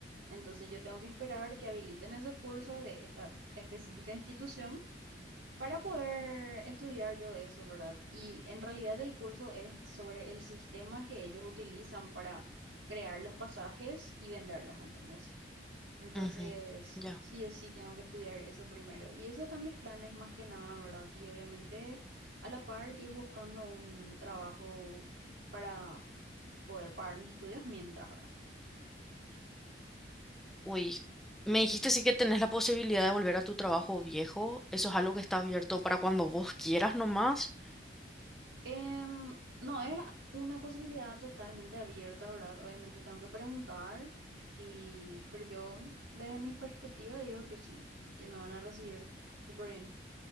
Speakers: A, on the right; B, in the centre.
A: Entonces yo tengo que esperar que habiliten ese curso de esta específica institución para poder estudiar yo eso, ¿verdad? Y en realidad el curso es sobre el sistema que ellos utilizan para crear los pasajes y venderlos, ¿entendés? Entonces,
B: ujú. Ya.
A: sí o sí tengo que estudiar eso primero. Y esos están mis planes más que nada, ¿verdad? Y obviamente a la par ir buscando un trabajo para poder pagar mis estudios mientras, ¿verdad?
B: Uy. Me dijiste sí que tenés la posibilidad de volver a tu trabajo viejo. Eso es algo que está abierto para cuando vos quieras nomás.
A: Em, no, es una posibilidad totalmente abierta, ¿verdad? Obviamente tengo que preguntar, y, pero yo desde mi perspectiva digo que sí, que me van a recibir súper bien,